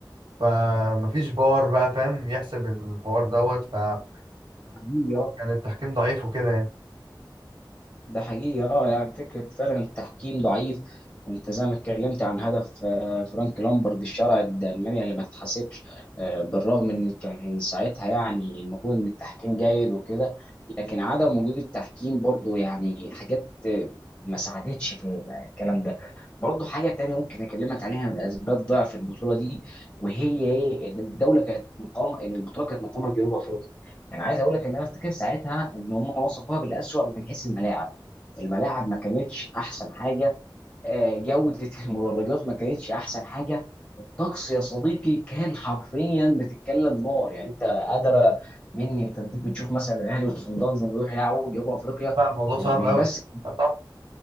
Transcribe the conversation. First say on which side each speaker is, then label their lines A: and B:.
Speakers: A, on the right; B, on the left.
A: فمفيش فار بقى فاهم يحسب الحوار دوت فبرضه
B: سيئه
A: كان التحكيم ضعيف وكده يعني
B: ده حقيقي اه يعني فكره فعلا التحكيم ضعيف وانت زي ما اتكلمت عن هدف آه، فرانك لامبرد الشرعي ضد المانيا اللي ما اتحسبش آه، بالرغم ان كان ساعتها يعني المفروض ان التحكيم جيد وكده لكن عدم وجود التحكيم برضو يعني حاجات آه، ما ساعدتش في الكلام ده برضو حاجه تانية ممكن اكلمك عليها من اسباب ضعف البطوله دي وهي ايه ان الدوله كانت مقامه ان البطوله كانت مقامه في جنوب افريقيا يعني عايز اقول لك ان انا افتكر ساعتها ان هم وصفوها بالاسوأ من حيث الملاعب الملاعب ما كانتش احسن حاجه آه، جوده <laughs> المدرجات ما كانتش احسن حاجه الطقس يا صديقي كان حرفيا بتتكلم نار يعني انت قادره مني انت ديك بتشوف مثلا الاهلي وصن داونز لما يروح يلعبوا جنوب افريقيا
A: فالموضوع
B: م-
A: صعب
B: مش
A: قوي
B: بس
A: صح